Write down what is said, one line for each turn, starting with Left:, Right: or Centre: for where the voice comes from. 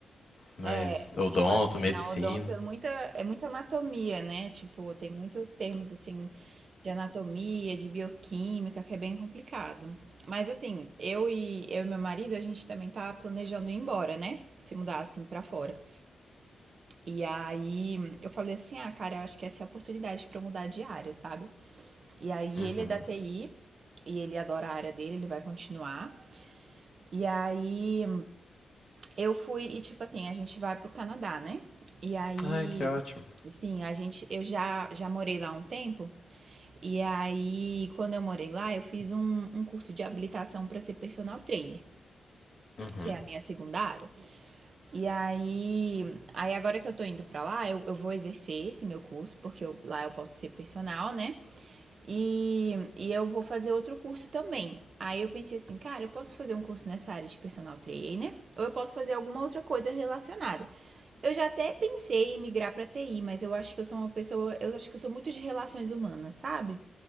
Left: Mas
Right: É,
Left: odonto,
Right: tipo assim,
Left: medicina.
Right: na odonto é muita, é muita anatomia, né? Tipo, tem muitos termos assim de anatomia, de bioquímica, que é bem complicado. Mas assim, eu e eu e meu marido, a gente também tá planejando ir embora, né? Se mudar assim para fora. E aí eu falei assim: ah, cara, eu acho que essa é a oportunidade pra eu mudar de área, sabe? E aí
Left: Uhum.
Right: ele é da TI e ele adora a área dele, ele vai continuar. E aí eu fui, e tipo assim, a gente vai pro Canadá, né? E aí,
Left: Ai, que ótimo.
Right: assim, a gente, eu já, já morei lá um tempo. E aí, quando eu morei lá, eu fiz um, um curso de habilitação pra ser personal trainer,
Left: Uhum.
Right: que é a minha segunda área. E aí, aí agora que eu tô indo pra lá, eu, eu vou exercer esse meu curso, porque eu- lá eu posso ser personal, né? E, e eu vou fazer outro curso também. Aí eu pensei assim, cara, eu posso fazer um curso nessa área de personal trainer, ou eu posso fazer alguma outra coisa relacionada. Eu já até pensei em migrar pra TI, mas eu acho que eu sou uma pessoa, eu acho que eu sou muito de relações humanas, sabe?